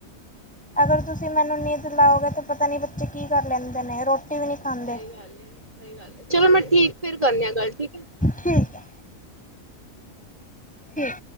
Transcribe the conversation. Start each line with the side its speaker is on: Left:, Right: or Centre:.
Centre: ਅਗਰ ਤੁਸੀਂ ਮੈਨੂੰ ਨੀਂਦ ਲਾਓਗੇ ਤਾਂ ਪਤਾ ਨੀ ਬੱਚੇ ਕੀ ਕਰ ਲੈਂਦੇ ਨੇ ਰੋਟੀ ਰੋਟੀ ਵੀ ਨਹੀਂ ਖਾਂਦੇ
Right: ਸਹੀ ਗੱਲ ਏ, ਸਹੀ ਗੱਲ ਚਲੋ ਮੈਂ ਠੀਕ ਫੇਰ ਕਰਨੀ ਆ ਗੱਲ ਠੀਕ ਹੈ
Centre: ਠੀਕ ਹੈ ਠੀਕ।